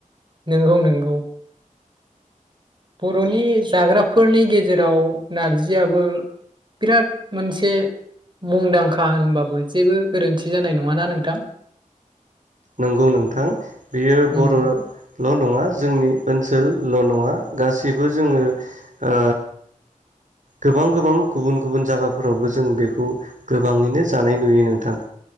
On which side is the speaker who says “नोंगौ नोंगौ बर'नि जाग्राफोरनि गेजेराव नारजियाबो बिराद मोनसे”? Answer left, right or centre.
Right